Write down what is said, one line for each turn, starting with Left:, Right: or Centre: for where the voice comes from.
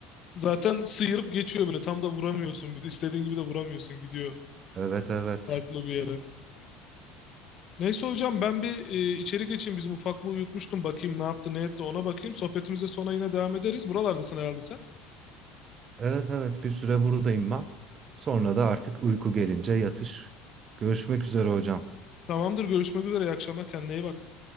Left: Zaten sıyırıp geçiyor böyle tam da vuramıyorsun. Bir de istediğin gibi de vuramıyorsun gidiyor
Right: Evet evet.
Left: farklı bir yere. Neyse hocam ben bir e, içeri geçeyim. Bizim ufaklığı uyutmuştum. Bakayım ne yaptı ne etti ona bakayım. Sohbetimize sonra yine devam ederiz. Buralardasın herhalde sen.
Right: Evet evet bir süre buradayım ben. Sonra da artık uyku gelince yatış. Görüşmek üzere hocam.
Left: Tamamdır görüşmek üzere. İyi akşamlar kendine iyi bak.